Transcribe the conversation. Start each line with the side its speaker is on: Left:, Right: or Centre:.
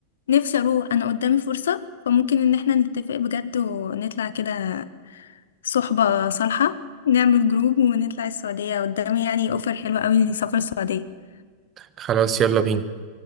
Left: نفسي اروح انا قدامي فرصة فممكن ان احنا نتفق بجد ونطلع كده صحبة صالحة نعمل جروب ونطلع السعودية قدامي يعني اوفر حلوة قوي لسفر السعودية
Right: خلاص يلا بينا